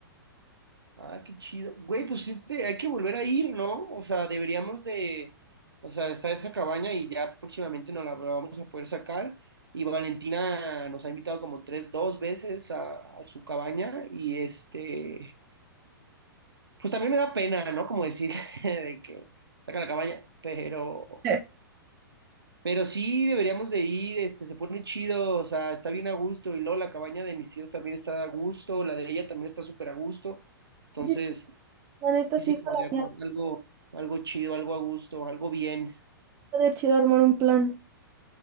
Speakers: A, on the right; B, on the right.
A: Ah, qué chido. Güey, pues sí, este, hay que volver a ir, ¿no? O sea, deberíamos de, o sea, está esa cabaña y ya próximamente nos la vamos a poder sacar. Y Valentina nos ha invitado como tres, dos veces a, a su cabaña y este, pues también me da pena, ¿no? Como decir <laughs> de que saca la cabaña, pero,
B: <laughs>
A: pero sí deberíamos de ir, este, se pone chido, o sea, está bien a gusto y luego la cabaña de mis tíos también está a gusto, la de ella también está súper a gusto. Entonces...
B: Sí, La neta
A: Sí,
B: sí,
A: sí, podría
B: para
A: armar
B: mí
A: algo, algo chido, algo a gusto, algo bien.
B: estaría chido armar un plan.